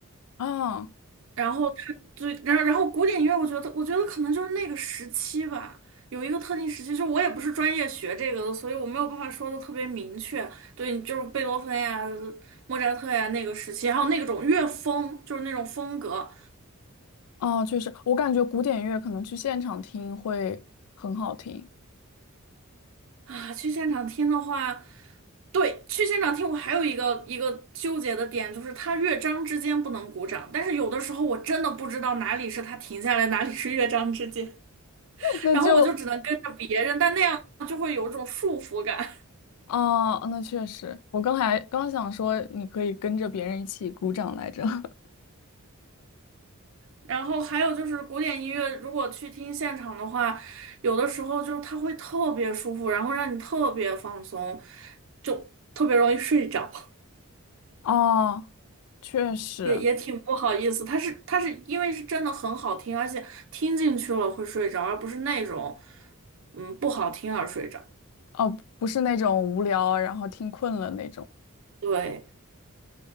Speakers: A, on the left; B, on the right.
A: 啊，
B: 然后他对，然后然后古典音乐，我觉得我觉得可能就是那个时期吧，有一个特定时期，就是我也不是专业学这个的，所以我没有办法说的特别明确。对，就是贝多芬呀、莫扎特呀那个时期，还有那种乐风，就是那种风格
A: 哦，确实，我感觉古典乐可能去现场听会很好听。
B: 啊。去现场听的话，对，去现场听我还有一个一个纠结的点，就是它乐章之间不能鼓掌，但是有的时候我真的不知道哪里是它停下来，哪里是乐章之间。
A: 那就
B: 然后我就只能跟着别人，但那样就会有一种束缚感。<laughs>
A: 啊，那确实，我刚才刚想说你可以跟着别人一起鼓掌来着。<laughs>
B: 然后还有就是古典音乐，如果去听现场的话，有的时候就是它会特别舒服，然后让你特别放松，就特别容易睡着，
A: 哦，确实，
B: 也也挺不好意思。它是它是因为是真的很好听，而且听进去了会睡着，而不是那种嗯不好听而睡着。
A: 哦，不是那种无聊，然后听困了那种。
B: 对，